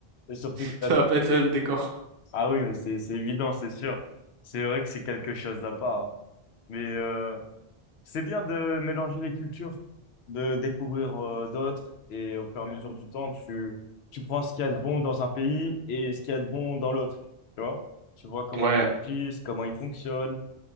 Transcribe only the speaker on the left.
et surtout
qu'il
a...
Ah oui, mais c'est, c'est évident, c'est sûr. C'est vrai que c'est quelque chose d'à part. hein. Mais, euh, C'est bien de mélanger les cultures, de découvrir euh, d'autres et au fur et à mesure du temps, tu, tu prends ce qu'il y a de bon dans un pays et ce qu'il y a de bon dans l'autre. Tu vois? Tu vois comment
ils agissent, comment ils fonctionnent.